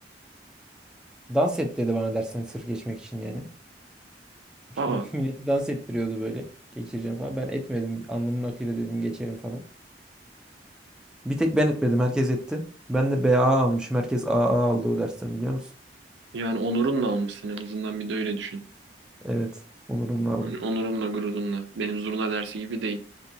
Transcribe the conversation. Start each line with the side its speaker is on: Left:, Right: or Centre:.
Centre: Dans et dedi bana dersten sırf geçmek için yani. <laughs>
Right: Aa
Centre: Milleti dans ettiriyordu böyle. Geçireceğim falan. Ben etmedim. Alnımın akıyla dedim geçerim falan. Bir tek ben etmedim. Herkes etti. Ben de B A almışım. Herkes A A aldı o dersten biliyor musun?
Right: yani onurunla almışsın en azından bir de öyle düşün.
Centre: Evet. Onurumla aldım.
Right: Hani onurunla gururunla. Benim zurna dersi gibi değil.